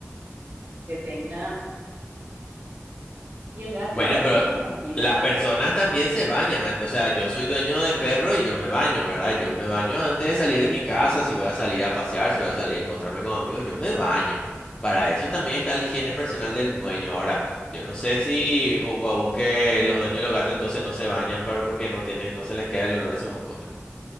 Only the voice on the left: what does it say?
Bueno,
pero
las
personas también se bañan antes. O sea, yo soy dueño de perro y yo me baño, ¿verdad? Yo me baño antes de salir de mi casa, si voy a salir a pasear, si voy a salir a encontrarme con amigos, yo me baño. Para eso también está la higiene personal del dueño. Ahora, yo no sé si o guau, que los dueños de los gatos entonces no se bañan para, porque no tienen, no se les queda el olor de su mascota.